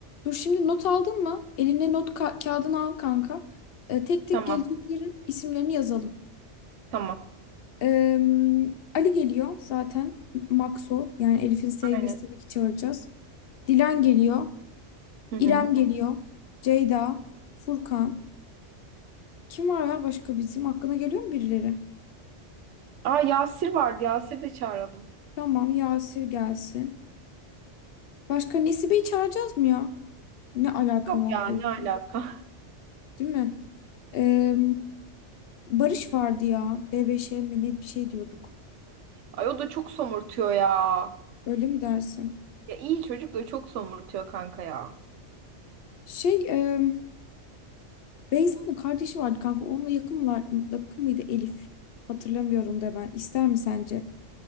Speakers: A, on the left; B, on the right.
A: Dur şimdi not aldın mı? Eline not ka- kağıdını al kanka. Ee, tek tek
B: Tamam.
A: geleceklerin isimlerini yazalım.
B: Tamam.
A: Ee, Ali geliyor zaten. Maxo yani Elif'in sevgilisi
B: Aynen.
A: tabii ki çağıracağız. Dilan geliyor.
B: Hı hı.
A: İrem geliyor. Ceyda. Furkan. Kim var ya başka bizim? Hakkına geliyor mu birileri?
B: Aa Yasir vardı. Yasir de çağıralım.
A: Tamam Yasir gelsin. Başka Nesibe'yi çağıracağız mı ya? Ne alakam
B: Yok
A: oldu
B: ya
A: yoksa?
B: ne alaka.
A: Değil mi? Ee, Barış vardı ya. BBŞ mi ne bir şey diyorduk.
B: <laughs> Ay o da çok somurtuyor ya.
A: Öyle mi dersin?
B: Ya iyi çocuk da çok somurtuyor kanka ya.
A: Şey, e, Beyza'nın kardeşi vardı kanka. Onunla yakın mılar, yakın mıydı Elif? Hatırlamıyorum da ben. İster mi sence?